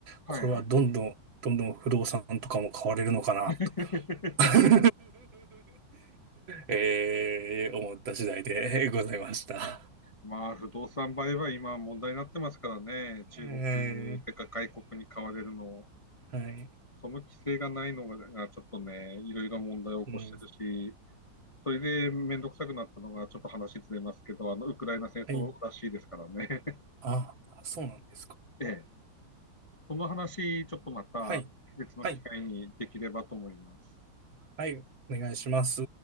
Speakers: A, on the right (about 80°); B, on the left (about 55°).
A: これはどんどん、
B: いはい。
A: どんどん不動産とかも買われるのかなと
B: <laughs>
A: <laughs>、えー、思った次第でございました。
B: まあ、不動産売買、今問題になってますからね、
A: えー
B: 中国てか外国に買われるの、
A: はい。
B: その規制がないのがちょっとね、いろいろ問題を起こしてるし、
A: うん。
B: それで面倒くさくなったのが、ちょっと話ずれますけど、あのウクライナ戦争らしいですからね。
A: はいあ、そうなんですか。
B: <laughs> ええ、
A: お
B: その話、ちょっとまた別の機会にできればと思います。
A: はい。はい。はい。お願いします。